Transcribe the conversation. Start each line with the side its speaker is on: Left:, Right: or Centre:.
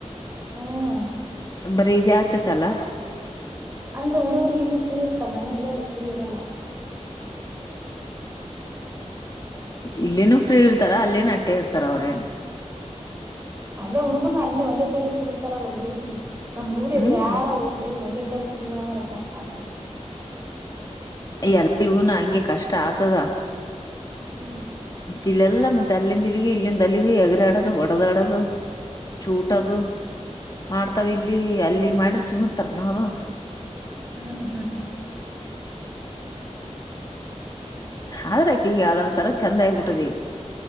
Right: ಹ್ಮ್
Left: ಬರೀ ಇದೇ ಆಯ್ತ್ <unintelligible>
Right: ಅಂದ್ರೆ ಹುಡುಗರ್ಗ ಇಲ್ಲಿ ಫ್ರೀ ಇರ್ತ ಮನ ಅಲ್ಲೆ ಅಲ್ಲಿ ಫ್ರೀ ಇರಲ್ಲ.
Left: ಇಲ್ಲಿನ ಫ್ರೀ ಇರ್ತಾರ ಅಲ್ಲಿನ ಅಟ್ಟೆ ಇರ್ತಾರ ಅವ್ರೇನು.
Right: ಅಂದ್ರ ಹುಡುಗರ್ರುನು ಅಲ್ಲೇ ಒಂದೇ ತಲೆ ಕುೂಡಸ್ತಾರಲ್ಲ ಹುಡುಗರಿಗೆ. ನಮ್ ಊರಗ್ರ
Left: ಹ್ಮ್
Right: ಆಡ ಹೋಲ್ ಒಂದ ಕುತ್ತಲ್ಲೇ ಕುಂದ್ರೋದ ಅಂದ್ರ ಕಷ್ಟ ಆತದ.
Left: ಎಲ್ಲ ಇವನು ಹಂಗೆ ಕಷ್ಟ ಆತದ.
Right: ಹ್ಮ್.
Left: ಇಲೆ ಎಲ್ಲಾ ಮತ್ತೆ ಅಲ್ಲಿಂದ ತಿಲಗ ಇಲ್ಲಿಂದ ಅಲ್ಲಿಗ ಹೆಗರಿ ಆಡದು ಹೊಡದ ಆಡೋದು. ಚೂಟದು.
Right: ಹ್ಮ್
Left: ಮಾಡ್ತಾವ ಇಲ್ಲಿ ಅಲ್ಲಿ ಮಾಡ್ರಿ ಸುಮ ತ್ತನ ಅವರು.
Right: ಹಾ ಹ ಹಾ ಹ
Left: ಆದ್ರಕ ಈಗ ಅದೊತರ ಚಂದ ಆಗ್ಬಿಟ್ಟದ ಈಗ